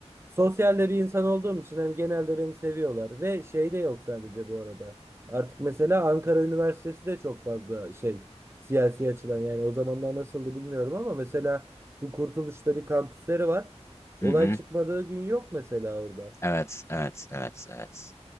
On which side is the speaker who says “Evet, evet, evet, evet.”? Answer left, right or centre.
Left